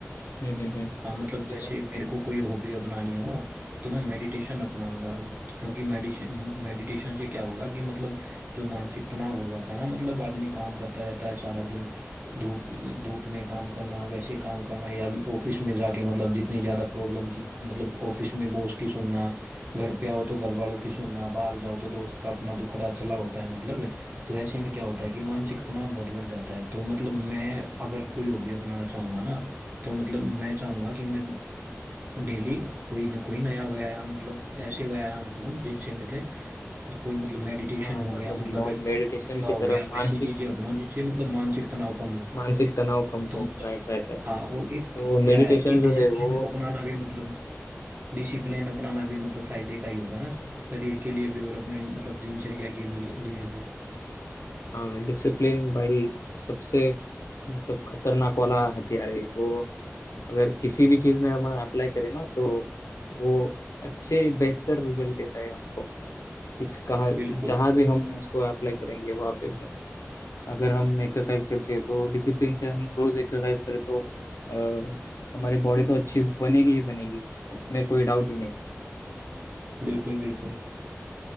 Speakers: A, on the left (about 85°); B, on the right (about 35°).
A: हम्म हम्म हम्म
B: हाँ मतलब
A: तो ठीक
B: जैसे
A: है
B: मेरे को कोई हॉबी अपनानी हो तो मैं मेडिटेशन अपनाऊंगा क्योंकि मेडिटेशन मेडिटेशन से क्या होगा कि मतलब जो मानसिक तनाव हो जाता है ना मतलब आदमी काम करता रहता है सारा दिन धूप धूप में काम करना वैसे काम करना या ऑफिस में जाके मतलब जितनी ज़्यादा प्रॉब्लम्स मतलब ऑफिस में बॉस की सुनना घर पे आओ तो घर वालों की सुनना बाहर जाओ तो दोस्त का अपना दुखड़ा चला होता है मतलब तो ऐसे में क्या होता है कि मानसिक तनाव बहुत बढ़ जाता है तो मतलब मैं अगर कोई हॉबी अपनाना चाहूंगा ना तो मतलब मैं चाहूंगा कि मैं डेली कोई ना कोई नया व्यायाम मतलब ऐसे व्यायाम करूं जिनसे मेरे कोई मतलब मेडिटेशन
A: हाँ
B: हो
A: मतलब
B: गया मतलब योगा
A: मेडिटेशन की
B: हो
A: तरह
B: गया
A: मानसिक
B: वैसी चीजें अपनाऊं जिससे मतलब मानसिक तनाव कम हो
A: मानसिक तनाव कम
B: तो
A: हो
B: मतलब
A: राइट राइट राइट
B: हाँ और एक
A: तो
B: क्या
A: मेडिटेशन
B: है कि
A: जो
B: डिसिप्लिन
A: है वो
B: को अपनाना भी मतलब डिसिप्लिन अपनाना भी मतलब फायदे का ही होगा ना शरीर के लिए भी और अपने मतलब दिनचर्या के भी लिए लिए भी
A: हाँ डिसिप्लिन भाई सबसे मतलब खतरनाक वाला हथियार है जो अगर किसी भी चीज में हम अप्लाई करें ना तो वो अच्छे बेहतर रिजल्ट देता है हमको किस कहा
B: बिल्कुल
A: जहाँ भी हम उसको अप्लाई करेंगे वहाँ पे अगर हम एक्सरसाइज करते हैं तो डिसिप्लिन से हम रोज एक्सरसाइज करें तो अ, हमारी बॉडी तो अच्छी बनेगी ही बनेगी उसमें कोई डाउट ही नहीं
B: बिल्कुल बिल्कुल